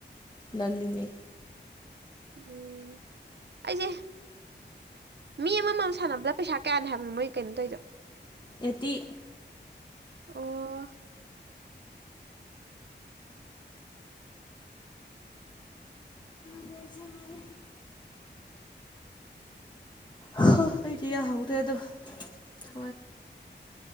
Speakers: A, on the left (about 25°); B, on the right (about 65°).
A: ꯅꯟꯅꯤ
B: ꯎꯝ ꯑꯩꯁꯦ ꯃꯤ ꯑꯃꯃꯝ ꯁꯥꯟꯅꯕꯗ ꯄꯩꯁꯥ ꯀꯌꯥꯅꯦ ꯍꯥꯏꯕꯅꯣ ꯃꯣꯏ ꯀꯩꯅꯣ ꯇꯧꯗꯣ
A: ꯑꯦꯠꯇꯤ
B: ꯑꯣ
A: <unintelligible> ꯍ ꯑꯩꯗꯤ ꯌꯥꯍꯧꯗ꯭ꯔꯦ ꯑꯗꯣ ꯊ